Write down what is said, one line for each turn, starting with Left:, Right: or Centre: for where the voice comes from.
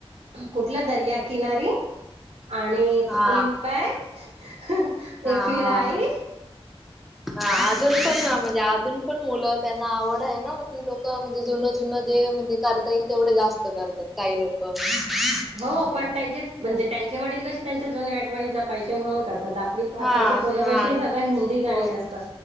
Right: कुठलं दर्याकिनारी आणि
Centre: हा
Right: कोलिंनबाई आणि
Centre: हा
Right: एकविराई
Centre: हा हा अजून पण म्हणजे अजून पण मुलं त्यांना आवड आहे ना मग ती लोक म्हणजे जुनं जुनं जे म्हणजे करता येईल तेवढे जास्त करतात. काही लोक
Right: हो
Centre: म्हलं
Right: पण त्याच्यात म्हणजे त्यांच्याचे वडील कशी त्यांच्या जुन्या आठवणी जपायचे म्हणून करतात. आपली आत्ताची
Centre: हा
Right: पोरक
Centre: हा
Right: अशी सगळ हिंदी गाणी
Centre: पोर
Right: असतात